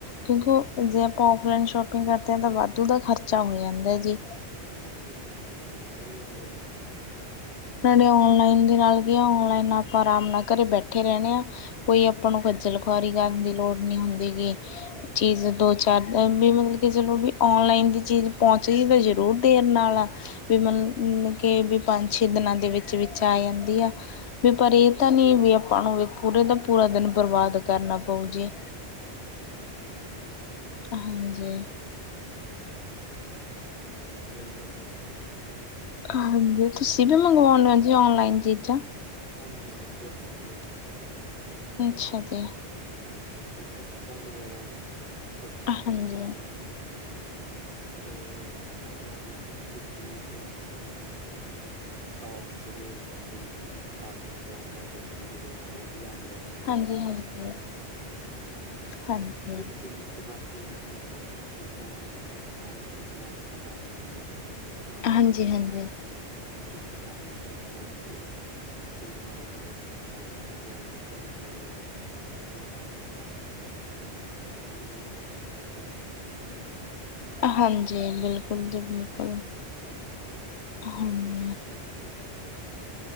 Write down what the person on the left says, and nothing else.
ਕਿਉਂਕਿ ਜੇ ਆਪਾਂ ਫਲਾਈਨ ਸ਼ੋਪਿੰਗ ਕਰਦੇ ਹਾਂ ਤਾਂ ਵਾਧੂ ਦਾ ਖਰਚਾ ਹੋ ਜਾਂਦਾ ਜੀ
ਲਨ ਨਾਲ ਲ ਆਪਾਂ ਆਰਾਮ ਨਾਲ ਘਰੇ ਬੈਠੇ ਰਹਿੰਣੇ ਹਾਂ ਕੋਈ ਆਪਾਂ ਨੂੰ ਖੱਜਲ ਖੁਆਰੀ ਕਰਨ ਦੀ ਲੋੜ ਨੀ ਹੁੰਦੀ ਗ ਚੀਜ਼ ਦੋ ਚਾਰ ਵੀ ਮਤਲਬ ਕਿ ਚਲੋ ਵੀ ਔਨਲਾਈਨ ਦੀ ਚੀਜ਼ ਪਹੁੰਚਦੀ ਤਾਂ ਜ਼ਰੂਰ ਦੇਰ ਨਾਲ ਆ ਵੀ ਮਤਲ ਕੇ ਵੀ ਪੰਜ ਛੇ ਦਿਨਾਂ ਦੇ ਵਿੱਚ ਵਿੱਚ ਆ ਜਾਂਦੀ ਆ ਵੀ
ਪਰ ਇਹ
ਤਾਂ ਨਹੀਂੀ ਵੀ ਆਪਾਂ ਨੂੰ ਵੀ ਪੂਰੇ ਦਾ ਪੂਰਾ ਦਿਨ ਬਰਬਾਦ ਕਰਨਾ ਪਊ ਜੇ
ਹਾਂਜੀ
ਹਾਂਜੀ ਤੁਸੀਂ ਵੀ ਮੰਗਵਾਉਂਦੇ ਹੋ ਜੀ ਔਨਲਾਈਨ ਚੀਜ਼ਾਂ।
ਅੱਛਾ ਜੀ।
ਹਾਂਜੀ
ਹਾਂਜੀ ਹਾਂਜੀ। ਹਾਂਜੀ
ਹਾਂਜੀ
ਹਾਂਜੀ
ਹਾਂਜੀ ਬਿਲਕੁਲ ਜੀ ਬਿਲਕੁਲ
ਹਾਂਜੀ।